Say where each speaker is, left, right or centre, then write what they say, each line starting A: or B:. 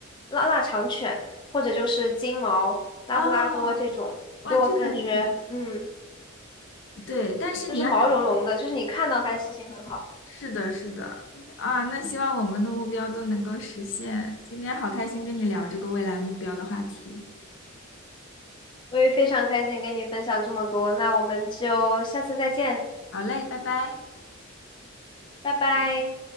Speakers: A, on the left (about 20°); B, on the left (about 60°).
A: 腊腊肠犬，或者就是金毛、拉布拉多这种。
B: 哦，哇，
A: 就我感觉，
B: 这个也很
A: 嗯，
B: 对，但是你要养，
A: 就是毛茸茸的，就是你看到它心情很好。
B: 是的，是的，啊，那希望我们的目标都能够实现。今天好开心跟你聊这个未来目标的话题。
A: 我也非常开心跟你分享这么多，那我们就下次再见，
B: 好嘞，拜拜。
A: 拜拜。